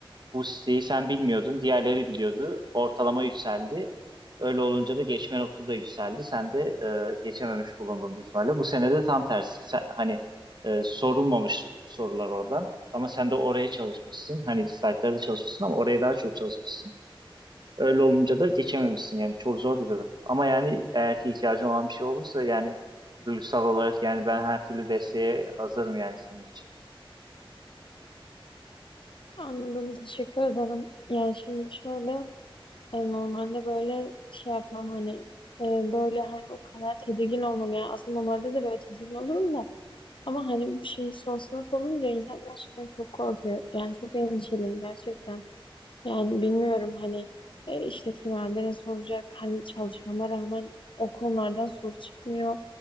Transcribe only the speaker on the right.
bu siteyi sen bilmiyordun, diğerleri biliyordu. Ortalama yükseldi. Öyle olunca da geçme notu da yükseldi. Sen de e, geçememiş bulundun büyük ihtimalle. Bu sene de tam tersi. Sen- hani e, sorulmamış sorular oradan. Ama sen de oraya çalışmışsın. Hani slaytlarda çalışmışsın ama oraya daha çok çalışmışsın. Öyle olunca da geçememişsin yani çok zor bir durum. Ama yani eğer ki ihtiyacın olan bir şey olursa yani duygusal olarak yani ben her türlü desteğe hazırım yani senin için.